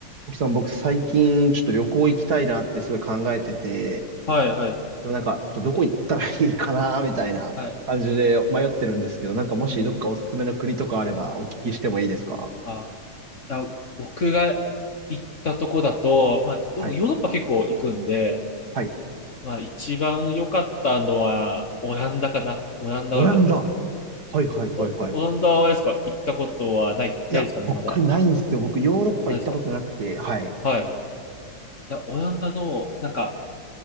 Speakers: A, on the right; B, on the left.
A: コキさん、僕最近ちょっと旅行行きたいなってすごい考えてて、
B: はい、はい、
A: でもなんか、ちょっとどこ行ったらいいかな、みたいな感じで迷ってるんですけど、
B: はい。
A: なんかもしどっかおすすめの国とかあればお聞きしてもいいですか
B: うん。あ、だ僕が行ったとこだと、まあ、ヨヨーロッパ結構行くんで、
A: はい。はい。
B: まあ、一番良かったのは、オランダかな。オランダが良かったですかね。
A: オランダ。はいはいはいはい。
B: お、オランダはあれですか行ったことはない、
A: いや、
B: ないですかね、
A: 僕ないんですよ。
B: まだ。
A: 僕ヨーロッパ行ったことなくて、
B: ないですか
A: はい。
B: はい。いや、オランダの、なんか、